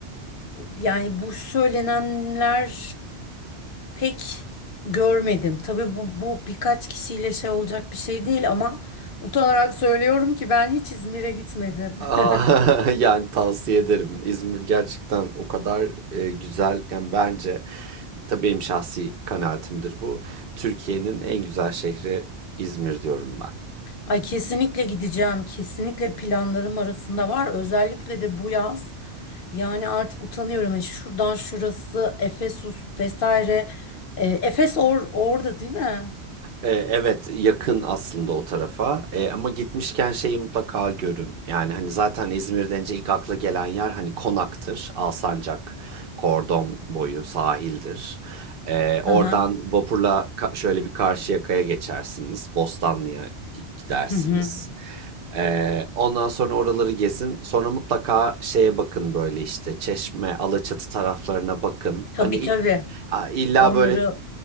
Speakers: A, on the left; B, on the right.
A: Yani bu söylenenler pek görmedim. Tabii bu, bu birkaç kişiyle şey olacak bir şey değil ama utanarak söylüyorum ki ben hiç İzmir'e gitmedim.
B: Aa,
A: <laughs>
B: <laughs> yani tavsiye ederim. İzmir gerçekten o kadar e, güzel. Yani bence tabii benim şahsi kanaatimdir bu. Türkiye'nin en güzel şehri İzmir diyorum ben.
A: Ay kesinlikle gideceğim. Kesinlikle planlarım arasında var. Özellikle de bu yaz. Yani artık utanıyorum. Yani şuradan şurası, Efesus vesaire. E, Efes or orada değil mi?
B: E, evet yakın aslında o tarafa E, ama gitmişken şeyi mutlaka görün. Yani hani zaten İzmir denince ilk akla gelen yer hani Konak'tır. Alsancak, Kordon boyu sahildir. E, oradan
A: Hı hı.
B: vapurla ka- şöyle bir Karşıyaka'ya geçersiniz. Bostanlı'ya gi- gidersiniz.
A: Hı hı.
B: E, ondan sonra oraları gezin. Sonra mutlaka şeye bakın böyle işte Çeşme, Alaçatı taraflarına bakın.
A: Tabii
B: Hani i-
A: tabii.
B: a- illa
A: Onları
B: böyle